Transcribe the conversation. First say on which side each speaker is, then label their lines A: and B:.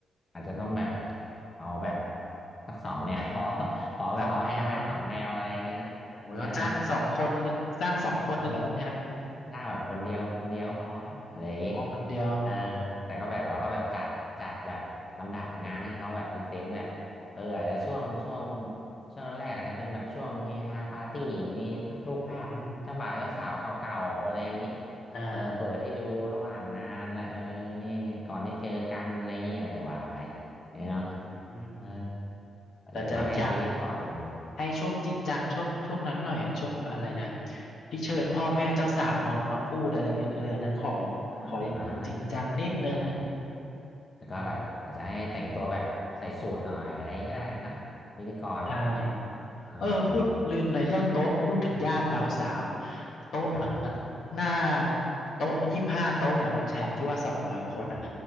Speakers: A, on the left (about 35°); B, on the left (about 75°).
A: อาจจะต้องแบบเอาแบบสักสองแนว <laughs> ขอขอแบบเอาให้ได้สองแนวอะไรอย่างนี้นะคุณแชร์เนาะ
B: สองแนวนะ โอ้ยเขาจ้างสองคนจ้างสองคนเลยเหรอคุณแชมป์
A: เออ ถ้าแบบคนเดียวคนเดียวก็พอนะอะไรอย่างนี้
B: อ๋อคนเดียว
A: เออแต่ก็แบบเราก็แบบจัดจัดแบบลำดับงานให้เขาแบบพรีเซนต์แบบเอออาจจะช่วงช่วงช่วงแรกอาจจะเป็นแบบช่วงเฮฮาปาร์ตี้มีรูปภาพเจ้าบ่าวเจ้าสาวเก่าๆอะไรอย่างนี้
B: อืมอ่า
A: เออเปิดให้ดูระหว่างงานแหละเออนี่ไงก่อนได้เจอกันอะไรอย่างนี้อะไรก็ว่าไปเนี่ยเนาะ
B: อืม
A: เออ
B: แต่จะอยาก
A: เดี๋ยวก็ให้พิธีกร
B: ให้ช่วงจริงจังช่วงช่วงนั้นหน่อยอะช่วงอะไรนะที่เชิญพ่อแม่เจ้าสาวมามาพูดอะไรอย่างเงี้ยนะเอออันนั้นขอ
A: ครับอ่า
B: ขอจริงจังนิดนึง
A: ใช่ แล้วก็แบบอาจจะให้แต่งตัวแบบใส่สูทหน่อยอะไรอย่างนี้ก็ได้นะพิธีกร
B: อืมอืมใช่
A: เออ
B: เออพูดลืมเลยเรื่องโต๊ะพูดถึงญาติบ่าวสาวโต๊ะเหมือนเหมือนหน้า
A: ครับ
B: โต๊ะยี่สิบห้าโต๊ะเนี่ยคุณแชมป์ที่ว่าสองร้อยคนอ่ะ
A: ครับ